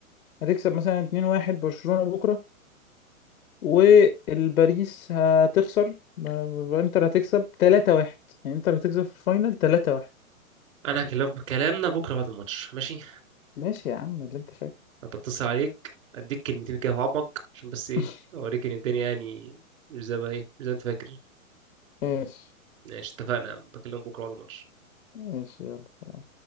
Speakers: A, on the left; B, on the right.
A: هتكسب مثلا 2-1 برشلونة بكره والباريس هتخسر ب- انتر هتكسب 3-1 يعني انتر هتكسب في الفاينل 3-1
B: انا هكلمك بكلامنا بكره بعد الماتش ماشي
A: ماشي يا عم اللي انت شايفه
B: طب اتصل عليك اديك كلمتين كده في عمق عشان بس ايه
A: <laughs>
B: اوريك ان الدنيا يعني مش زي ما هي مش زي ما انت فاكر
A: ايش
B: ماشي اتفقنا يا عم. بكلمك بكره بعد الماتش
A: ماشي يلا سلام